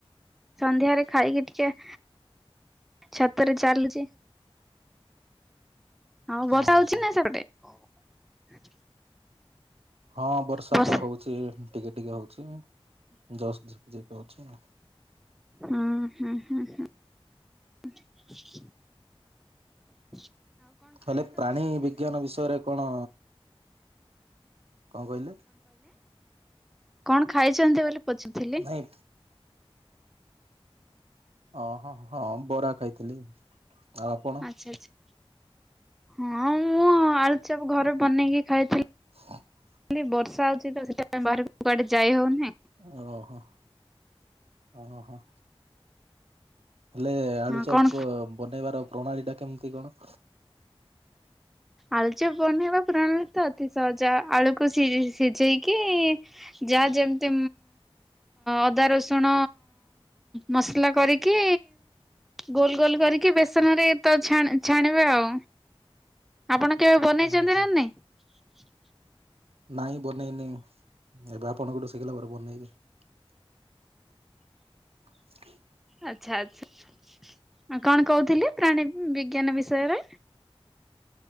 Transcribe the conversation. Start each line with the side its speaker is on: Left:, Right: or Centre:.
Centre: ସନ୍ଧ୍ୟାରେ ଖାଇକି ଟିକେ ଛାତରେ ଚାଲୁଛି। ଆଉ ବର୍ଷା
Right: ଓହୋ
Centre: ହଉଛି
Right: ହଁ
Centre: ନା ସେପଟେ। <inaudible>
Right: ହଁ ବର୍ଷା
Centre: ବସ୍
Right: ତ ହଉଛି ଟିକେ ଟିକେ ହଉ ଛି ଜଷ୍ଟ ଝିପ୍ ଝିପ୍ ହଉଚି ଆଉ।
Centre: ହୁଁ। ହୁଁ ହୁଁ ହୁଁ <inaudible>
Right: ହେଲେ ପ୍ରାଣୀ ବିଜ୍ଞାନ ବିଷୟରେ କଣ କଣ କହିଲେ
Centre: କଣ ଖାଇଛନ୍ତି ବୋଲି <unintelligible>
Right: ନାଇଁ ଓ ହଁ ହଁ ବରା ଖାଇଥିଲି। ଆଉ ଆପଣ?
Centre: ଆଛା ଆଛା ହଁ। ଆଳୁଚପ୍ ଘରେ ବନେଇକି ଖାଇଥିଲି।
Right: <inaudible>
Centre: ଖାଲି ବର୍ଷା ହଉଛି ତ ସେଥିପାଇଁ ବାହାର କୁ କୁଆଡେ ଯାଇ ହଉନି।
Right: ଓହୋ ଓହୋ। ହେଲେ ଆଳୁଚପ
Centre: ହଁ କଣ
Right: ବନେଇବାର ପ୍ରଣାଳୀ ଟା କେମିତି କଣ।
Centre: ଆଳୁ ଚପ ବନେଇ ବା ପୁରାଣା ତ ଅତି ସହଜା ଆଳୁକୁ ସି ସିଝେଇକି ଯାହା ଯେମିତି ଅଦା ରସୁଣ ମସଲା କରିକି ଗୋଲ ଗୋଲ କରିକି ବେସନ ରେ ତଛ ଛାଣିବ ଆଉ। ଆପଣ କେବେ ବନେଇଚନ୍ତି
Right: ଓହୋ
Centre: ନା ନାଇଁ।
Right: ନାଇଁ ବନେଇନି ଏବେ ଆପଣ ଗୋଠେ ଶିଖିଲା ପରେ ବନେଇକି।
Centre: ଆଛା ଆଛା କଣ କହୁଥିଲି ପ୍ରାଣୀ ବିଜ୍ଞାନ ବିଷୟରେ।